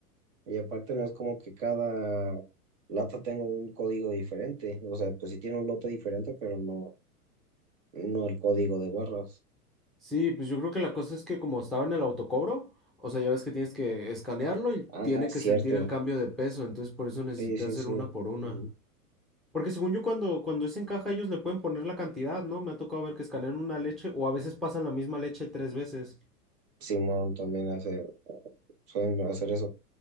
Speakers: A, on the right; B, in the centre.
A: y aparte no es como que cada lata tenga un código diferente. O sea, pues sí tiene un lote diferente, pero no, no el código de barras.
B: Sí, pues yo creo que la cosa es que como estaba en el autocobro, o sea, ya ves que tienes que escanearlo y
A: Ah,
B: tiene
A: cierto.
B: que sentir el cambio de peso, entonces por eso necesité
A: Sí, sí,
B: hacer
A: sí.
B: una por una.
A: Mm,
B: Porque según yo cuando, cuando es en caja ellos le pueden poner la cantidad, ¿no? Me ha tocado ver que escanean una leche o a veces pasan la misma leche tres veces.
A: Simón también hace, suelen hacer eso.